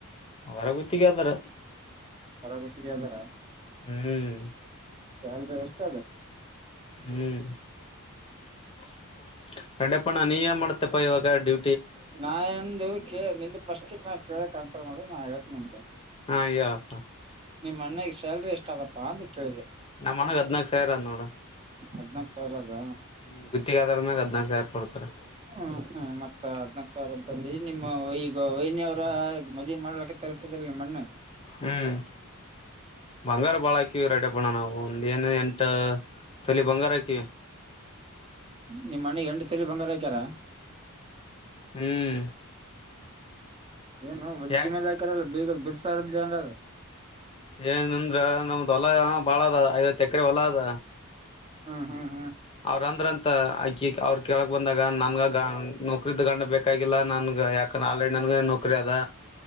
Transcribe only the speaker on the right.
ಹೊರ ಗುತ್ತಿಗೆ ಅದಾರ
ಸ್ಯಾಲ್ರಿ ಎಷ್ಟ ಅದ.
ನಾಂದು ಕ ನಿ ಫಸ್ಟ್ಕ್ ನಾ ಕೇಳ ಕನ್ಸಲ್ಟ್ ಮಾಡುದು ನಾ ಹೇತಿನಿ ಅಂತ.
ನಿಮ್ಮ್ ಅಣ್ಣಿಗೆ ಸ್ಯಾಲ್ರಿ ಎಷ್ಟ ಅದಪ್ಪಾ ಅಂತ ಕೇಳಿದೆ.
ಹದ್ನಾಕ್ ಸಾವಿರ ಅದ
ಹ ಹ್ಮ ಮತ್ತ ಅದ್ ಸರ್ ಅಂತಂದ ನಿಮ್ಮ ಈಗ ವೈನಿ ಅವರ ಮದುವೆ ಮಾಡ್ಲಕ್ಕತ್ತರ್ಂತದ್ರ ನಿಮ್ಮಮಣ್ಣ.
ನಿಮ್ಮ ಮನೆಗ್ ಎಂಟು ತರಿ ಬಂಗಾರ ಆಕಾರ.
ಏನು ಒಜ್ಜಿ
ಮೇಲೆ ಹಾಕಾರಲ್ಲ ಬೀಗರ್ ಬಿರ್ಸಾ ಇರದಲಿ ಅಂಗಾರ.
ಹಾ ಹಾ.